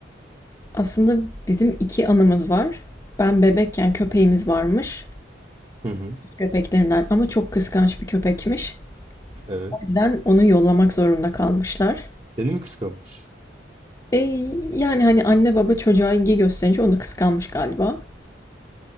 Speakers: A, on the left; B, on the right.
A: Aslında bizim iki anımız var. Ben bebekken köpeğimiz varmış.
B: Hı hı.
A: Süs Köpeklerinden ama çok kıskanç bir köpekmiş.
B: Evet.
A: O yüzden onu yollamak zorunda kalmışlar.
B: Seni mi kıskanmış?
A: E, yani hani anne baba çocuğa ilgi gösterince onu kıskanmış galiba.